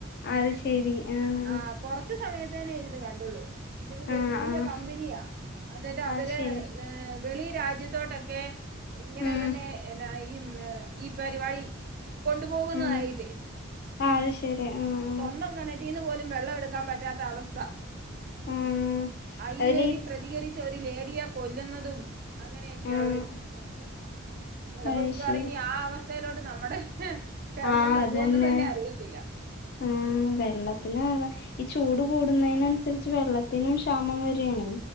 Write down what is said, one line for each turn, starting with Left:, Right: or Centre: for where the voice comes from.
Left: അത് ശരി ആഹ്
Right: ആഹ് കൊറച്ച് സമയത്തേനെ ഇരുന്നു കണ്ടുള്ളൂ എന്നിട്ട് വല്ല്യ
Left: ആഹ് ആഹ്
Right: കമ്പനിയാ എന്നിട്ട്
Left: അത്
Right: അവര്
Left: ശരി
Right: ഏഹ് വെളി രാജ്യത്തോട്ടൊക്കെ ഇങ്ങനെ
Left: ഉം
Right: തന്നെ എന്നാ ഈ ഈ പരിപാടി കൊണ്ടു പോകുന്നതായിട്ടേ
Left: ഉം ആഹ് അത് ശരി ആഹ്
Right: സ്വന്തം കെണറ്റീന്ന് പോലും വെള്ളം എടുക്കാൻ പറ്റാത്ത അവസ്ഥ
Left: ആഹ്
Right: അയിന്
Left: അതില്
Right: വേണ്ടി പ്രതികരിച്ച ഒരു ലേഡിയെ കൊല്ലുന്നതും അങ്ങനെയൊക്കെയുള്ള
Left: ആഹ്
Right: ഒരു സിനിമ കണ്ടത് ചെലപ്പോ
Left: അത്
Right: മിക്കവാറും
Left: ശരി
Right: ഇനി ആ അവസ്ഥയിലോട്ട് നമ്മുടെ കേരളം
Left: ആഹ്
Right: വരുവോന്ന്
Left: അതന്നെ
Right: തന്നെ അറിയത്തില്ല
Left: ആഹ് വെള്ളത്തിന് <unintelligible> ഈ ചൂട് കൂടുന്നതിനനുസരിച്ച് വെള്ളത്തിനും ക്ഷാമം വരാണെ